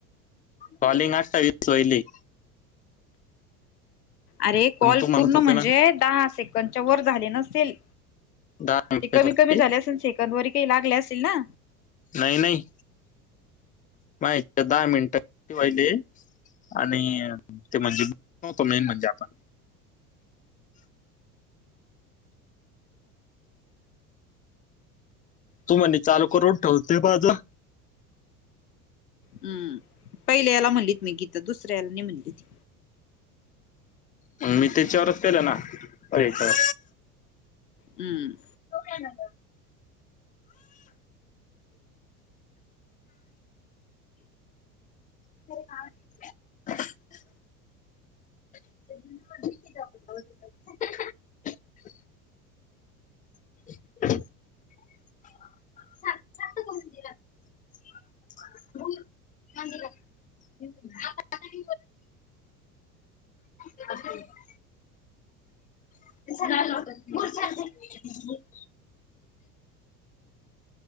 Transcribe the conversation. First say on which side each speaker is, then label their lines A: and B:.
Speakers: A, on the left (about 20°); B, on the left (about 80°).
A: कॉलिंग आठवीस वाहिलय.
B: अरे कॉल
A: पण तू म्हणत
B: पूर्ण
A: होते
B: म्हणजे
A: ना
B: दहा सेकंडच्या वर झाले नसतील.
A: दहा मिनिटाच्या
B: ते कमी
A: वरती
B: कमी झाले असेल सेकंद वर काही लागले असेल ना?
A: नाही नाही. माझ्या दहा मिनटं वाहिले आणि ते म्हणजे मेन म्हणजे आपण तू म्हणे चालू करून ठेवते माझा.
B: हम्म. पहिल्या याला म्हणलीत मी गीता दुसऱ्या याला नाही म्हणली ती.
A: मग मी त्याच्यावरच केलं ना पहिल्याच्यावर
B: हम्म.
A: <inaudible> <inaudible> <inaudible> <inaudible> सारखं सारखं <inaudible> <inaudible> <inaudible> <inaudible>